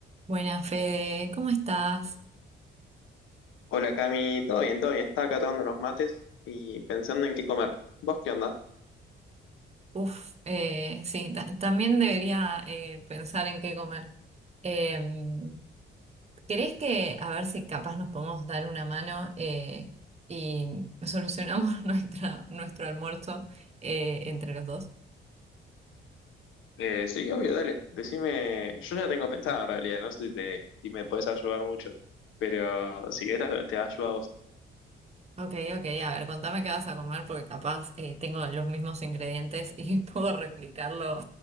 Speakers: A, on the right; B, on the left.
A: Buenas, Fede, ¿cómo estás?
B: Hola Cami, todo bien, todo bien. Estaba acá tomando unos mates y pensando en qué comer. ¿Vos qué onda?
A: Uf, eh, sí, ta- también debería eh, pensar en qué comer. Em, ¿querés que, a ver si capaz nos podemos dar una mano eh, y solucionamos <laughs> nuestra, nuestro almuerzo eh, entre los dos?
B: Eh, sí, obvio, dale. Decime, yo ya tengo pensado en realidad, no sé si, te, si me podés ayudar mucho, pero si querés te, te ayudo a vos.
A: Ok, ok, a ver, contame qué vas a comer porque capaz eh, tengo los mismos ingredientes y <laughs> puedo replicarlo,